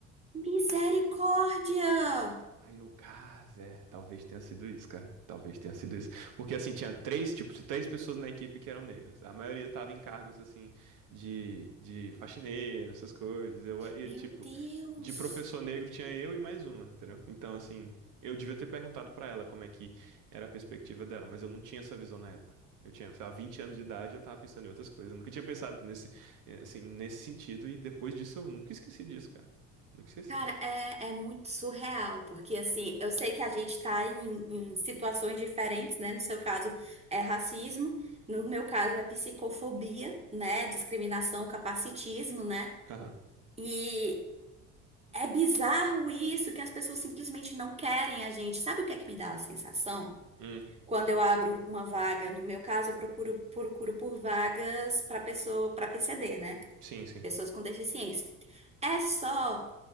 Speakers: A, on the right; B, on the right.
A: Misericórdia!
B: Aí eu, cara, é, talvez tenha sido isso, cara. Talvez tenha sido isso. Porque assim, tinha três, tipo, três pessoas na equipe que eram negras. A maioria tava em cargos assim de, de faxineiro, essas coisas. Eu, e,
A: Meu
B: tipo,
A: Deus!
B: de professor negro tinha eu e mais uma, entendeu? Então, assim, eu devia ter perguntado pra ela como é que era a perspectiva dela, mas eu não tinha essa visão na época. Eu tinha, sei lá, 20 anos de idade, eu tava pensando em outras coisas. Eu nunca tinha pensado nesse, eh, assim, nesse sentido, e depois disso eu nunca esqueci disso, cara. Nunca esqueci.
A: Cara, é, é muito surreal, porque assim, eu sei que a gente tá em, em situações diferentes, né? No seu caso é racismo, no meu caso é psicofobia, né? Discriminação, capacitismo, né?
B: Aham.
A: E É bizarro isso, que as pessoas simplesmente não querem a gente. Sabe o que é que me dá a sensação?
B: Hum,
A: Quando eu abro uma vaga, no meu caso, eu procuro, procuro por vagas para pessoa, para PCD, né?
B: sim, sim.
A: Pessoas com deficiência. É só